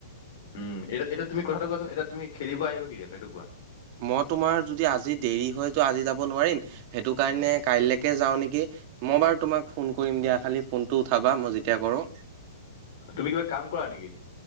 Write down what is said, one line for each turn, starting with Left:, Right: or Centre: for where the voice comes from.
Left: উম এতিয়া এতিয়া তুমি কথাটো কোৱাচোন এতিয়া তুমি খেলিব আহিবা কেতিয়া এইটো কোৱা?
Right: মই তোমাৰ যদি আজি দেৰি হয়তো আজি যাব নোৱাৰিম। সেইটো কাৰণে
Left: অ
Right: কাইলৈকে যাওঁ নেকি। মই বাৰু তোমাক ফোন কৰিম দিয়া খালি ফোনটো উঠাবা মই যেতিয়া কৰোঁ।
Left: তুমি কিবা কাম কৰা নেকি?